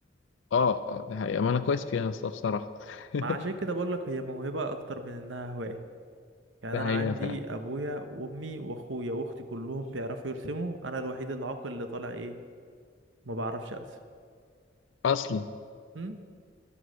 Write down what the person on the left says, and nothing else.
اه اه ده حقيقة ما انا كويس
فيها الصراحة بصراحة <laughs>
ده
حقيقة
فعلا
اصلا